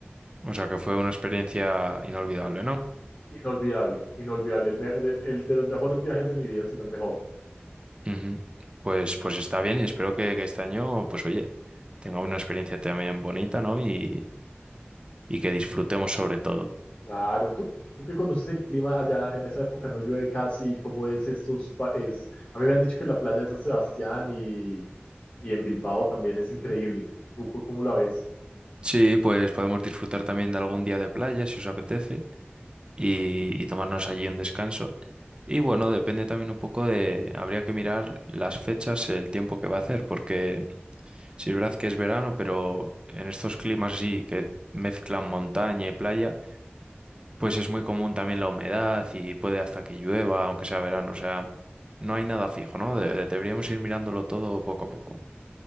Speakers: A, on the right; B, on the left.
A: O sea que fue una experiencia inolvidable, ¿no?
B: inolvidable, inolvidable. El, me- de, el de los mejores viajes de mi vida, sino el mejor.
A: Ujú. Pues, pues está bien y espero que, que este año, pues oye, tenga una experiencia también bonita, ¿no? Y, y que disfrutemos sobre todo.
B: Claro, tú, tú que conoces el clima allá en esa época, no llueve casi, ¿cómo es estos? pa- Es, a mí me han dicho que la playa de San Sebastián y, y en Bilbao también es increíble. ¿Tú co- cómo la ves?
A: Sí, pues podemos disfrutar también de algún día de playa si os apetece. y, y tomarnos allí un descanso. Y bueno, depende también un poco de, habría que mirar las fechas, el tiempo que va a hacer, porque si es verdad que es verano, pero en estos climas sí que mezclan montaña y playa, pues es muy común también la humedad y puede hasta que llueva, aunque sea verano, o sea, no hay nada fijo, ¿no? De- deberíamos ir mirándolo todo poco a poco.